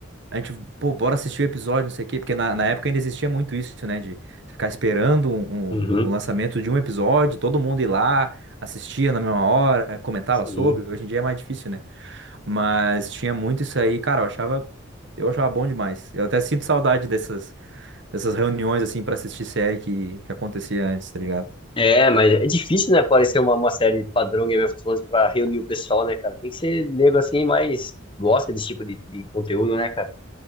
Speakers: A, on the right; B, on the left.
A: A gente, pô, bora assistir o episódio, não sei o quê, porque na, na época ainda existia muito isso, né? De ficar esperando um-
B: Uhum,
A: um- o lançamento de um episódio, todo mundo ir lá, assistia na mesma hora, comentava
B: sim.
A: sobre. Hoje em dia é mais difícil, né? Mas tinha muito isso aí, cara, eu achava, eu achava bom demais. Eu até sinto saudade dessas, dessas reuniões, assim, pra assistir série que, que acontecia antes, tá ligado?
B: É, mas é difícil, né, aparecer uma, uma série padrão Game of Thrones pra reunir o pessoal, né, cara? Tem que ser nego assim, mas gosta desse tipo de, de conteúdo, né, cara?